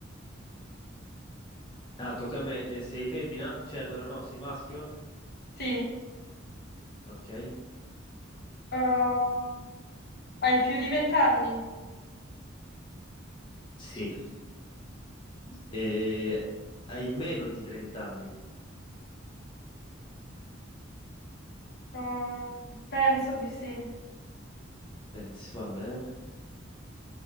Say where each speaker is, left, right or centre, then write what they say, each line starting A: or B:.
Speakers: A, on the left (about 25°); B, on the left (about 55°).
A: Ah, tocca a me. Eh, sei femmina? Cioè, allora no, sei maschio?
B: Sì.
A: Ok.
B: Uh, hai più di vent'anni?
A: Sì. Eh, hai meno di 30 anni?
B: Uh, penso di sì.
A: Pensi, va bene.